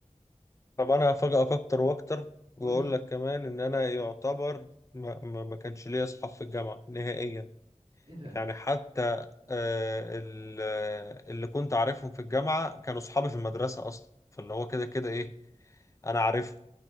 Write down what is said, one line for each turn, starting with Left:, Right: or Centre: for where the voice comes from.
Left: طب انا هفاجئك اكتر واكتر واقول
Right: قول لي
Left: لك كمان ان انا يعتبر ما, ما, ما كانش ليا اصحاب في الجامعة نهائيا
Right: ايه ده
Left: يعني حتى آه، ال- آه، اللي كنت عارفهم في الجامعة كانوا صحابي في المدرسة أصلا فاللي هو كده كده إيه أنا عارفهم